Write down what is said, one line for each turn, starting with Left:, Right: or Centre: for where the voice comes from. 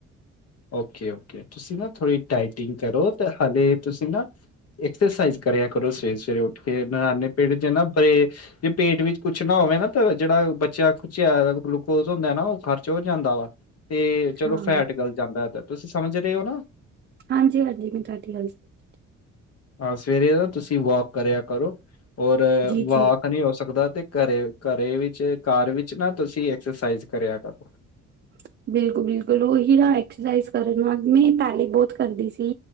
Left: ਓਕੇ ਓਕੇ, ਤੁਸੀਂ ਨਾ ਥੋੜ੍ਹੀ ਡਾਈਟਿੰਗ ਕਰੋ ਤੇ ਹਾਲੇ ਤੁਸੀਂ ਨਾ ਐਕਸਰਸਾਈਜ਼ ਕਰਿਆ ਕਰੋ, ਸਵੇਰੇ ਸਵੇਰੇ ਉੱਠ ਕੇ ਨਾਣੇ ਪੇਟ <unintelligible> ਜੇ ਪੇਟ ਵਿੱਚ ਕੁਛ ਨਾ <unintelligible> ਜਿਹੜਾ ਬਚਿਆ ਖੂਚਿਆ ਗੁਲੂਕੋਜ਼ ਹੁੰਦਾ ਨਾ ਉਹ ਖਰਚ ਹੋ ਜਾਂਦਾ ਵਾ। ਤੇ ਚਲੋ
Right: ਹਾਂ
Left: ਫੈਟ ਗਲ ਜਾਂਦਾ ਗਾ ਤੁਸੀਂ ਸਮਝ ਰਿਓ ਨਾ?
Right: ਹਾਂਜੀ ਹਾਂਜੀ, ਮੈਂ ਤੁਹਾਡੀ ਗੱਲ ਸਮਝ
Left: ਹਾਂ ਸਵੇਰੇ ਨਾ ਤੁਸੀਂ ਵਾਕ ਕਰਿਆ ਕਰੋ, ਔਰ
Right: ਜੀ
Left: ਵਾਕ
Right: ਜੀ
Left: ਨਹੀਂ ਹੋ ਸਕਦਾ ਤੇ ਘਰੇ ਓ ਘਰੇ ਵਿੱਚ ਘਰ ਵਿੱਚ ਨਾ ਤੁਸੀਂ ਐਕਸਰਸਾਈਜ਼ ਕਰਿਆ ਕਰੋ।
Right: <inaudible> ਬਿਲਕੁਲ-ਬਿਲਕੁਲ, ਉਹੀ ਨਾ ਐਕਸਰਸਾਈਜ਼ ਕਰਨ ਨਾਲ, ਮੈਂ ਪਹਿਲੇ ਬਹੁਤ ਕਰਦੀ ਸੀ